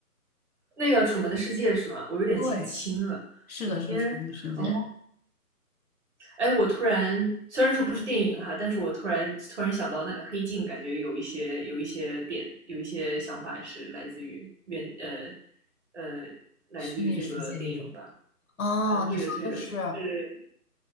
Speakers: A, on the right; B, on the left.
A: 那个《楚门的世界》是吗？我有点记不清了。
B: 对。是的，是重置世界。
A: 天，哦，哎，我突然虽然说不是电影哈，但是我突然突然想到那个《黑镜》，感觉有一些有一些点，有一些想法是来自于原呃呃来自于这个电影吧。
B: 虚拟世界这种。哦，
A: 嗯，对的，
B: 你说的是，
A: 对的，就是